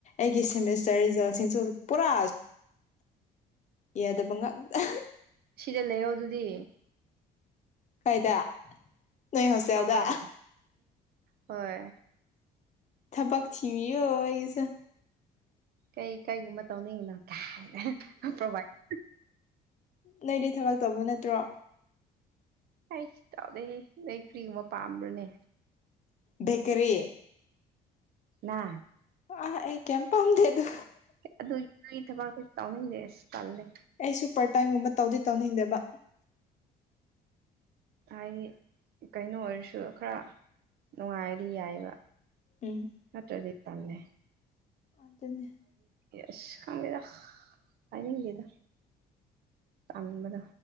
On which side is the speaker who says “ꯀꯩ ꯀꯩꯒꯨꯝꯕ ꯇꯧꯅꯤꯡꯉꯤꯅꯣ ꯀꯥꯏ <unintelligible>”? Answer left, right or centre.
Right